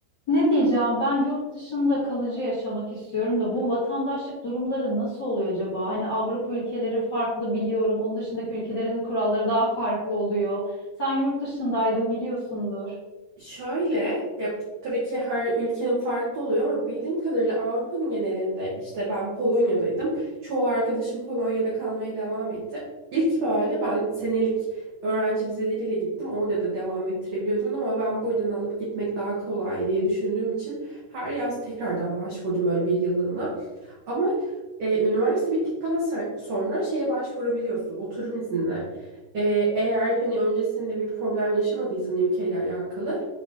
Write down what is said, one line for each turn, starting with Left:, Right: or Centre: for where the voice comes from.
Left: Ne diyeceğim ben yurt dışında kalıcı yaşamak istiyorum da bu vatandaşlık durumları nasıl oluyor acaba? Hani Avrupa ülkeleri farklı biliyorum. Onun dışındaki ülkelerin kuralları daha farklı oluyor. Sen yurt dışındaydın biliyorsundur.
Right: Şöyle, ya tabii ki her ülkenin farklı oluyor ama bildiğim kadarıyla Avrupa'nın genelinde işte ben Polonya'daydım. Çoğu arkadaşım Polonya'da kalmaya devam etti. İlk böyle ben senelik öğrenci vizeleriyle gittim. Orada da devam ettirebiliyordun ama ben buradan alıp gitmek daha kolay diye düşündüğüm için her yaz tekrardan başvurdum böyle bir yıllığına. Ama e, üniversite bittikten sen- sonra şeye başvurabiliyorsun oturum iznine. E, eğer hani öncesinde bir problem yaşamadıysan ülkeyle alakalı